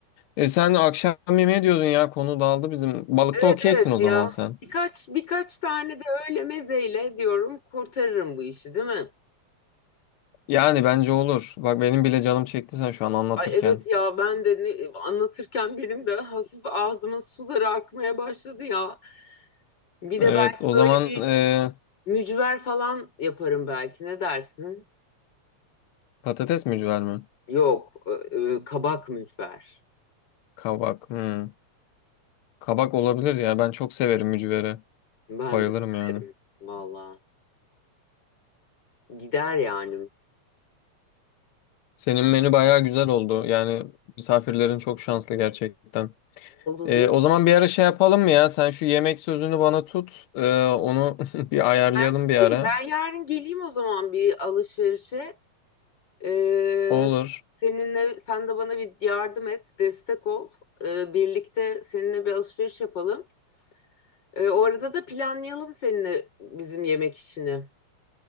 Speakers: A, on the left; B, on the left.
A: E sen akşam yemeği diyordun ya konu dağıldı bizim. Balıkta
B: evet
A: okeysin
B: evet
A: o
B: ya
A: zaman sen.
B: birkaç birkaç tane de öyle mezeyle diyorum kurtarırım bu işi değil mi?
A: Yani bence olur. Bak benim bile canım çekti sen şu an anlatırken.
B: Ay evet ya ben de ne- anlatırken benim de hafif ağzımın suları akmaya başladı ya. Bir
A: Evet
B: de belki
A: o
B: böyle
A: zaman
B: bir
A: e,
B: Mücver falan yaparım belki. Ne dersin?
A: patates mücver mi?
B: Yok, e, e, kabak mücver.
A: Kabak. Hmm. Kabak olabilir ya. Ben çok severim mücvere.
B: Ben
A: Bayılırım
B: de severim
A: yani.
B: valla. Gider yani.
A: Senin menü bayağı güzel oldu. Yani misafirlerin çok şanslı gerçekten. E,
B: Oldu değil mi?
A: o zaman bir ara şey yapalım mı ya? Sen şu yemek sözünü bana tut. E, onu <laughs> bir ayarlayalım
B: Ben tutayım.
A: bir ara.
B: Ben yarın geleyim o zaman bir alışverişe. Ee,
A: Olur.
B: seninle sen de bana bir yardım et, destek ol. Ee, birlikte seninle bir alışveriş yapalım. Ee, o arada da planlayalım seninle bizim yemek işini.